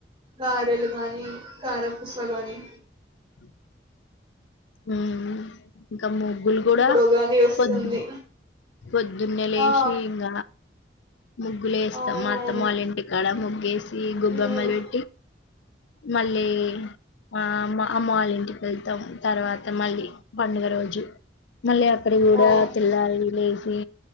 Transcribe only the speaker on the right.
గారెలు గానీ కారపుూస గానీ
ఇప్పుడు ఉగాది వస్తుంది
ఆ
అవునవును
మ్మ్
ఆ